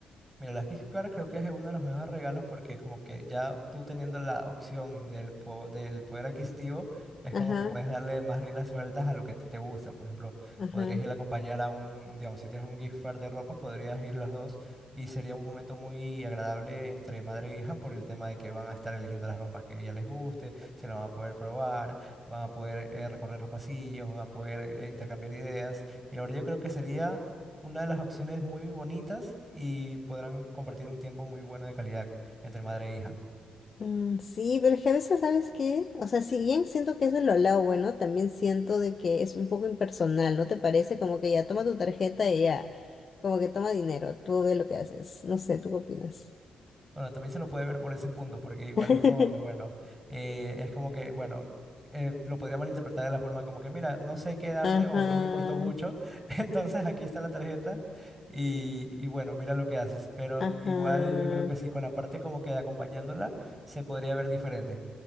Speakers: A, on the right; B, on the left.
A: Mira, las gift cards creo que es uno de los mejores regalos porque como que ya tú teniendo la opción del, po- del poder adquisitivo, es
B: Ajá,
A: como que puedes darle más riendas sueltas a lo que te, te gusta. Por ejemplo,
B: ajá.
A: podrías ir a acompañar a un, digamos, si tienes un gift card de ropa, podrías ir los dos y sería un momento muy agradable entre madre e hija por el tema de que van a estar eligiendo las ropas que ya les guste, se las van a poder probar, van a poder eh, recorrer los pasillos, van a poder eh, intercambiar ideas. Y la verdad yo creo que sería una de las opciones muy bonitas y podrán compartir un tiempo muy bueno de calidad entre madre e hija.
B: Mm, sí, pero es que a veces, ¿sabes qué? O sea, si bien siento que eso es lo lado bueno, también siento de que es un poco impersonal, ¿no te parece? Como que ya toma tu tarjeta y ya, como que toma dinero, tú ve lo que haces. No sé, ¿tú qué opinas?
A: Bueno, también se lo puede ver por ese punto, porque igual
B: <laughs>
A: es como que, bueno, eh, es como que, bueno, eh, lo podría malinterpretar de la forma como que, mira, no sé qué darte
B: Ajá,
A: o no me importó mucho, <laughs> entonces aquí está la tarjeta y, y bueno, mira lo que haces. Pero
B: ajá.
A: igual yo creo que sí, con la parte como que de acompañándola, se podría ver diferente.